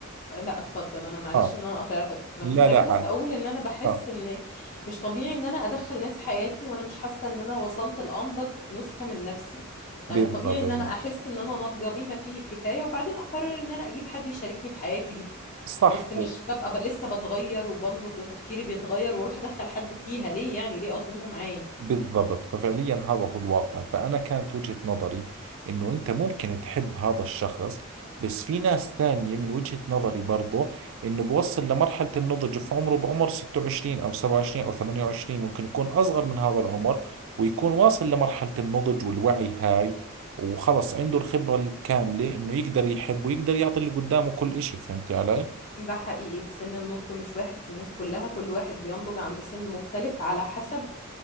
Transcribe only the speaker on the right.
اه
لا
لا
عادي
اه
بالضبط
صح
بالضبط ففعليا هذا هو الواقع فأنا كانت وجهة نظري إنه أنت ممكن تحب هذا الشخص بس في ناس ثانية من وجهة نظري برضو إنه بوصل لمرحلة النضج في عمره بعمر 26 أو 27 أو 28 ممكن يكون أصغر من هذا العمر ويكون واصل لمرحلة النضج والوعي هاي وخلص عنده الخبرة الكاملة إنه يقدر يحب ويقدر يعطي اللي قدامه كل إشي فهمتي علي؟